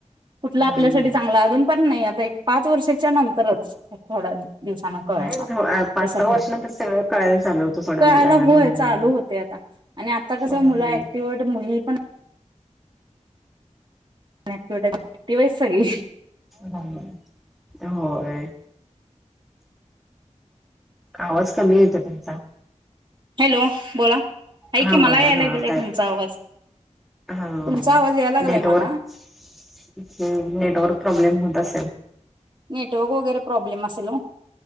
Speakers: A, on the right; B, in the centre.
A: कुठला आपल्यासाठी
B: हम्म
A: चांगला अजून पण नाही आ एक पाच वर्षाच्या नंतरच थोडा दिवसान कळणार,
B: नाही पाच
A: कसं
B: सहा
A: पण
B: वर्षानंतर सगळं कळायला चालू होतं सोडा
A: कळायला
B: मुलांना लहान
A: होय
B: मुलांना
A: चालू होते आता आणि आता कस
B: हम्म
A: मुलं ऍक्टिव आहेत मुली पण ऍक्टिवेट ऍक्टिव्ह हायत सगळी.
B: राम राम. होय. आवाज कमी येतं तुमचा.
A: हॅलो बोला. आहे
B: हा
A: की मला
B: बोला
A: यायला
B: हा आता
A: गेलाय
B: येत
A: तुमचा आवाज
B: हा
A: तुमचा आवाज यायला लागलाय
B: नेटवर्क
A: मला
B: हम्म नेटवर्क प्रॉब्लेम होत असेल.
A: नेटवर्क वगैरे प्रॉब्लेम असेल ओ.